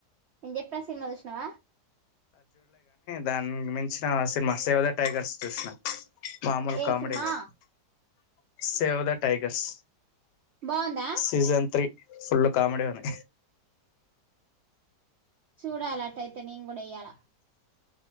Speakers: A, on the right; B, on the left.
A: నే చెప్పే సినిమా చూష్ణవ
B: దాని మించిన సినిమా సేవద టైగర్స్ చూసిన మామూలు
A: ఏ
B: కామెడీ
A: సినిమా
B: లేదు సేవ్ ద టైగర్స్
A: బాగుందా
B: సీజన్ త్రీ ఫుల్ కామెడీనే
A: చూడాల అట్టయితే నేను కూడా ఇయ్యాల